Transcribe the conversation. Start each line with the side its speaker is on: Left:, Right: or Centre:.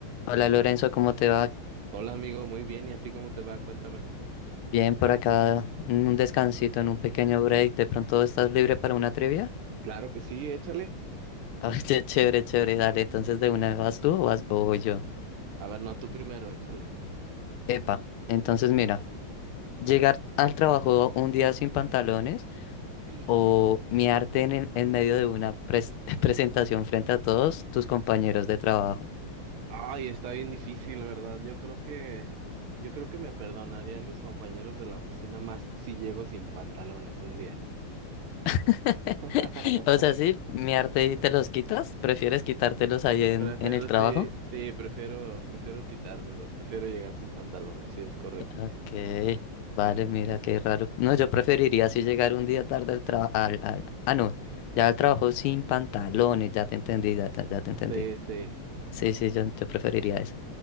Left: Hola Lorenzo, ¿cómo te va?
Right: Hola amigo, muy bien. ¿Y a ti cómo te va? Cuéntame.
Left: Bien por acá, en un descansito, en un pequeño break. ¿De pronto estás libre para una trivia?
Right: Claro que sí, échale.
Left: <laughs> Oye, chévere, chévere, dale. Entonces, ¿de una vas tú o vas o voy yo?
Right: A ver, no, tú primero, échale.
Left: Epa, entonces mira, llegar al trabajo un día sin pantalones
Right: Híjole.
Left: o miarte en, el- en medio de una pres- <laughs> presentación frente a todos tus compañeros de trabajo.
Right: Ay, está bien difícil, ¿verdad? Yo creo que, yo creo que me perdonarían mis compañeros de la oficina más si llego sin pantalones un día.
Left: <laughs>
Right: <laughs>
Left: O sea, sí, miarte y te los quitas, ¿prefieres quitártelos ahí en,
Right: Prefiero,
Left: en el trabajo?
Right: sí, sí, prefiero, prefiero quitármelos, prefiero llegar sin pantalones, sí, es correcto.
Left: Ok, vale, mira qué raro. No, yo preferiría así llegar un día tarde al trabajo. Al, al- ah, no, ya al trabajo sin pantalones, ya te entendí, ya, ya- ya te entendí.
Right: Sí, sí,
Left: Sí, sí, yo, yo preferiría eso.